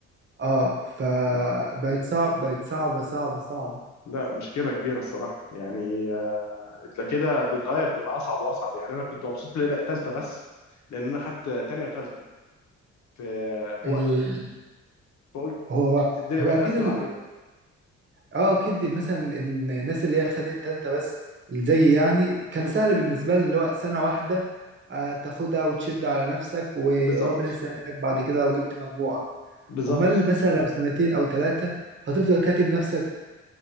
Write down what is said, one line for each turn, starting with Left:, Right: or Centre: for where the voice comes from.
Right: اه فبقت
Left: اه
Right: صعب بقت صعبة صعبة صعبة
Left: لا مشكله كبيره الصراحه يعني آه، ده كده بيتغير بيبقى اصعب واصعب يعني انا كنت مبسوط اللي هي بقت ثالثه بس لان انا خدت تانية وثالثه في في
Right: إيه
Left: وقتي فقلت
Right: هو
Left: الدنيا
Right: هو
Left: بقت
Right: اكيد
Left: اسهل عليهم
Right: اه اكيد مثلا الناس اللي هي خدت تالتة بس زي يعني كان
Left: مم.
Right: سهل بالنسبة لي اللي هو سنة واحدة آه، تاخدها وتشد على نفسك وربنا
Left: بالظبط
Right: يسهل لك بعد كده لو جبت مجموعة
Left: بالظبط
Right: امال مثلا لو سنتين او ثلاثة هتفضل كاتم نفسك